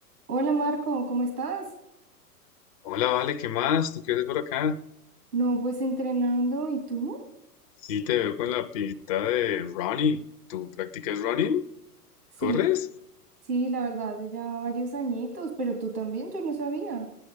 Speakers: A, on the right (about 70°); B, on the left (about 25°).
A: Hola Marco, ¿cómo estás?
B: Hola, Vale, ¿qué más? ¿Tú qué haces por acá?
A: No, pues entrenando, ¿y tú?
B: Sí, te veo con la pinta de running. ¿Tú practicas running?
A: Sí,
B: ¿Corres?
A: sí, la verdad, hace ya varios añitos, pero tú también, yo no sabía.